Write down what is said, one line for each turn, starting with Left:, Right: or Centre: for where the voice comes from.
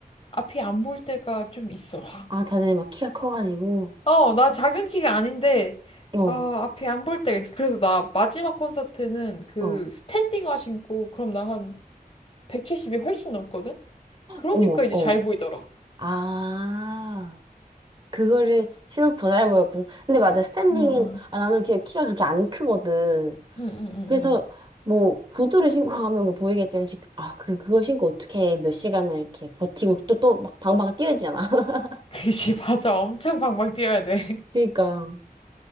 Left: 앞이 안 볼 때가 좀 있어. <laughs>
Right: 아, 다들 막 키가 커가지고.
Left: 어, 나 작은 키가 아닌데
Right: 어,
Left: 아, 앞이 안 볼 때가 있어. 그래서 나 마지막 콘서트는 그
Right: 어,
Left: 스탠딩화 신고 그럼 나 한 170이 훨씬 넘거든? 그러니까
Right: 어머,
Left: 이제
Right: 어.
Left: 잘 보이더라.
Right: 아, 그거를 신어서 더 잘 보였군. 근데 맞아, 스탠딩은,
Left: 어, 어.
Right: 아, 나는 이렇게 키가 그렇게 안 크거든.
Left: 응, 응, 응,
Right: 그래서,
Left: 응.
Right: 뭐, 구두를 신고 가면 뭐 보이겠지만, 지- 아, 그, 그거 신고 어떻게 몇 시간을 이렇게 버티고 또, 또 막 방방 뛰어지잖아. <laughs>
Left: <laughs> 그지, 맞아. 엄청 방방 뛰어야 돼.
Right: 그니까.